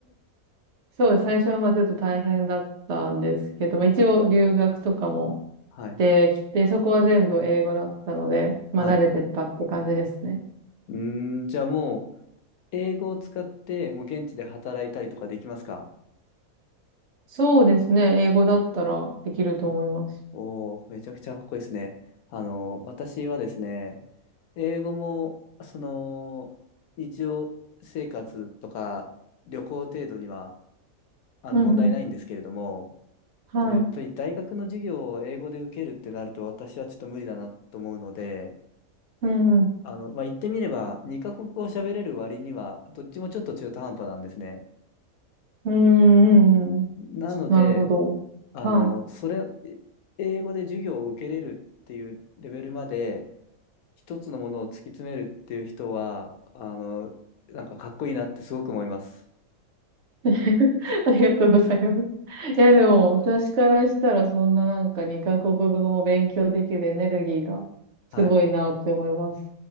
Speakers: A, on the right; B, on the left.
A: そうです。最初はまあ、ちょっと大変だったんですけど、まあ、一応留学とかも
B: はい。
A: できて、そこは全部英語だったので、まあ、
B: はい。
A: 慣れてったって感じですね。
B: うーん、じゃあもう、英語を使って、もう現地で働いたりとかできますか
A: そうですね。英語だったらできると思います。
B: おおー、めちゃくちゃかっこいいですね。あの、私はですね、英語も、その、日常生活とか旅行程度には、あの、
A: うんうん。
B: 問題ないんですけれども、
A: はい。
B: でもやっぱり大学の授業を英語で受けるってなると私はちょっと無理だなと思うので、
A: うんうん。
B: あの、まあ、言ってみれば、2カ国語を喋れる割には、どっちもちょっと中途半端なんですね。
A: うんうんうん。
B: なので、
A: なるほど。
B: あの、
A: はい。
B: それ、え英語で授業を受けれるっていうレベルまで、一つのものを突き詰めるっていう人は、あの、なんかかっこいいなってすごく思います。
A: <laughs> ありがとうございます。いや、でも、私からしたら、そんななんか2カ国語も勉強できるエネルギーがすごいなって思います。
B: はい。